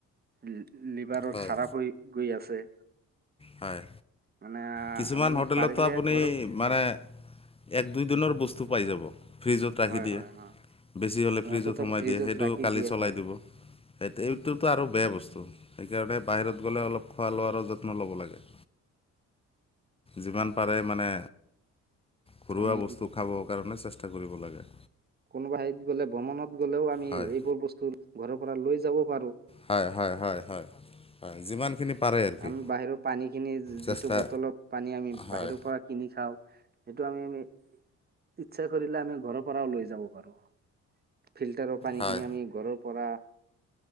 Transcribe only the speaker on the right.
লি-লিভাৰো
খাৰাপ হৈ গৈ আছে।
মানে
আমি
পাৰিলে
ঘৰত হয়
হয়
হয় হয়
সিহঁতেতো
ৰাখি
দিয়ে
হয়
হয় হয়
আমি
কোনোবা হেৰিত গলে ভ্ৰমণত গ'লেও আমি
এইবোৰ বস্তু ঘৰৰ পৰা লৈ যাব পাৰো।
আমি বাহিৰৰ পানীখিনি
যিটো বটলত পানী আমি
বাহিৰৰ পৰা কিনি খাওঁ সেইটো আমি আমি ইচ্ছা কৰিলে আমি ঘৰৰ পৰাও লৈ যাব পাৰো। ফিল্টাৰৰ পানীখিনি
আমি ঘৰৰ পৰা